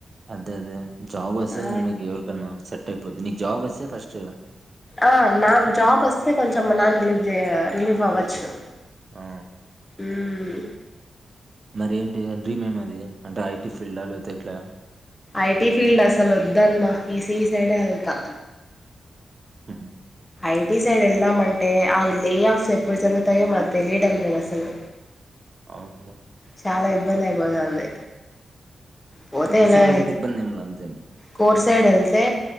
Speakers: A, on the right (about 50°); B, on the left (about 20°).
A: అదే అదే జాబ్ సే
B: ఆ
A: మీకి ఎవరికన్నా సెటైపొది నిక్ జాబ్ వస్తే ఫస్ట్
B: ఆ నాకు జాబ్ వస్తే కొంచెం మా నాన్ రిలీఫ్ జేయ రిలీఫ్ అవ్వచ్చు
A: ఆ
B: మ్మ్
A: మరి ఏంటి డ్రీమ్ ఏమదీ అంటే ఐటీ ఫీల్డ్ ఆ లేపోతే ఇట్లా
B: ఐటి ఫీల్డ్ అసలోద్దన్న ఈ సీ ఈ సైడే ఎళ్తా
A: ఉ హ్
B: ఐటి సైడ్ ఎల్లమంటే ఆ లే ఆఫ్స్ ఎప్పుడు జరుగుతాయో మకు తెలియడం లేదు అస్సలు
A: అవున్లే
B: చాలా ఇబ్బంది అయిపోతది పోతే
A: ఈసీ
B: ఇలా
A: వాళ్ళకైతే ఇబ్బంది ఏం లే అంతేమి
B: కోర్ సైడ్ వెళ్తే